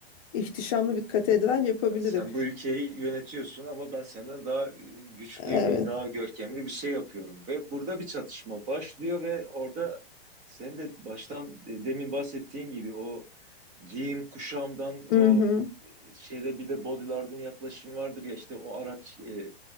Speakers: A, on the left; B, on the right.
A: ihtişamlı bir katedral yapabilirim.
B: Yani sen bu ülkeyi yönetiyorsun ama ben senden daha e, güçlü
A: Evet.
B: bir, daha görkemli bir şey yapıyorum. Ve burada bir çatışma başlıyor ve orada sen de baştan e, demin bahsettiğin gibi o giyim kuşamdan o
A: Hı hı.
B: e, şeyde bir de bodylardın yaklaşım vardır ya işte o araç e,